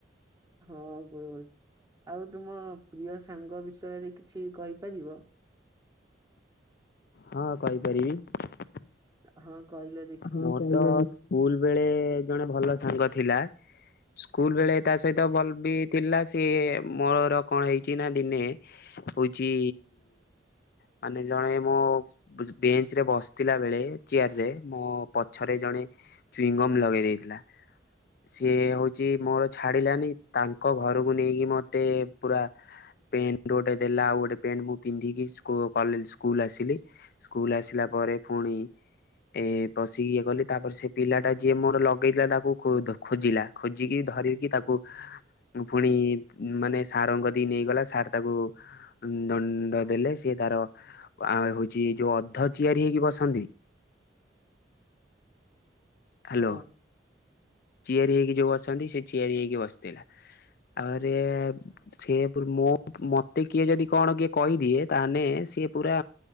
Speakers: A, on the right; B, on the left.
A: ହଁ ଗୁଳୁ ଗୁଳି ଆଉ ତୁମ ପ୍ରିୟ ସାଙ୍ଗ ବିଷୟରେ କିଛି କହିପାରିବ?
B: ହଁ କହିପାରିବି।
A: ହଁ କହିଲେ ଦେଖି
B: ମୋ ତ ସ୍କୁଲ ବେଳେ ଜଣେ ଭଲ ସାଙ୍ଗ ଥିଲା ସ୍କୁଲ ବେଳେ
A: ହଁ
B: ତା ସହିତ ଭଲ ବି ଥିଲା ସେ ମୋର କଣ ହେଇଛି ନା ଦିନେ, ହଉଛି ମାନେ ଜଣେ ମୋ ବେଞ୍ଚ ରେ ବସିଥିଲା ବେଳେ ଚେୟାରରେ ମୋ ପଛରେ ଜଣେ ଚୁଇଁଙ୍ଗମ୍ ଲଗେଇ ଦେଇଥିଲା ସିଏ ହଉଛି ମୋର ଛାଡିଲାନି, ତାଙ୍କ ଘରକୁ ନେଇକି ମତେ ପୁରା ପ୍ୟାଣ୍ଟ ଗୋଟେ ଦେଲା ଆଉ ଗୋଟେ ପଣ୍ଟ ମୁଁ ପିନ୍ଧିକି ସ୍କୁଲ ଆସିଲି ସ୍କୁଲ ଆସିଲି, ପରେ ପରେ ପୁଣି ଏ ପଶିକି ଇଏ କଲି ତାପରେ ସେ ପିଲା ଟା ଯିଏ ମୋର ଲଗେଇଥିଲା, ତାକୁ ଖୋଜିଲା ଖୋଜିକି ଧ ରିକି, ତାକୁ ପୁଣି ମାନେ ସାରଙ୍କ ଦି ନେଇଗଲା ସାର୍ ତାକୁ ଦଣ୍ଡ ଦେଲେ, ସି ତାର ଆ ହଉଛି ଯୋଉ ଅଧ ଚିଆରି ହେଇକି ବସନ୍ତିନି ହ୍ୟାଲୋ
A: ହଁ
B: ଚିଆରି ହେଇକି ଯୋଉ ବସନ୍ତି ସେ ଚିଆରି ହେଇକି ବସିଥିଲା ଆହୁରେ ସେ ମୋ ମତେ କିଏ, ଯଦି କଣ କିଏ କହିଦିଏ ତାହେଲେ ସଏ ପୁରା